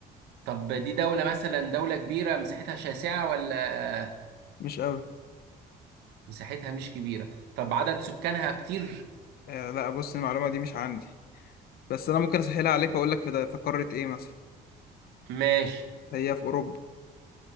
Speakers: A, on the right; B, on the left.
A: طب دي دولة مثلا دولة كبيرة مساحتها شاسعة ولا
B: مش قوي
A: مساحتها مش كبيرة طب عدد سكانها كتير
B: آه لا بص المعلومة دي مش عندي بس انا ممكن اسهلها عليك واقول لك في, ده- في قارة ايه مثلا
A: ماشي
B: هي في اوروبا